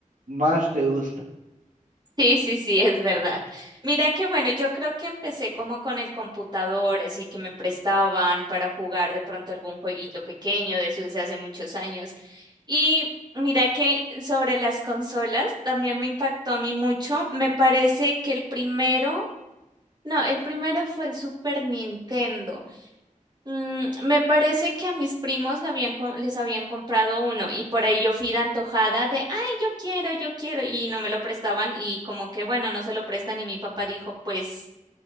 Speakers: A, on the right; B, on the right.
A: más te gusta.
B: Sí, sí, sí, es verdad. Mira que bueno, yo creo que empecé como con el computador, así que me prestaban para jugar de pronto algún jueguito pequeño, de eso desde hace muchos años. Y mira que sobre las consolas también me impactó a mí mucho. Me parece que el primero, no, el primero fue el Super Nintendo. Mm, me parece que a mis primos le habían co- les habían comprado uno y por ahí yo fui de antojada de, ay, yo quiero, yo quiero, y no me lo prestaban y como que, bueno, no se lo prestan y mi papá dijo, pues,